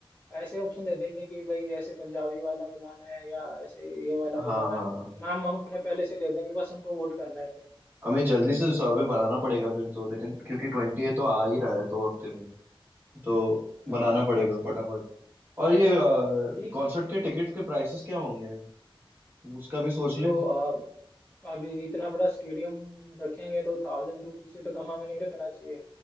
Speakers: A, on the left; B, on the right.
A: ऐसे ऑप्शन दे देंगे कि भाई ऐसे पंजाबी वाला बुलाना है या ऐसे ये वाला
B: हाँ
A: बुलाना
B: हाँ
A: है
B: हाँ
A: नाम हम अपने पहले से दे देंगे बस हमको वोट करना है फिर उसके
B: हमें
A: ऊपर
B: जल्दी से सर्वे बनाना पड़ेगा फिर तो लेकिन क्योंकि ट्वेंटी तो आ ही रहा है दो हफ्ते में तो
A: हाँ
B: बनाना
A: हाँ
B: पड़ेगा फटाफट और ये
A: ठीक
B: कॉन्सर्ट
A: है
B: के टिकट के प्राइसेस क्या होंगे उसका भी सोच
A: देखो
B: ले
A: अब अभी इतना बड़ा स्टेडियम रखेंगे तो थाउजेंड रुपीज से तो कम हमें नहीं रखना चाहिए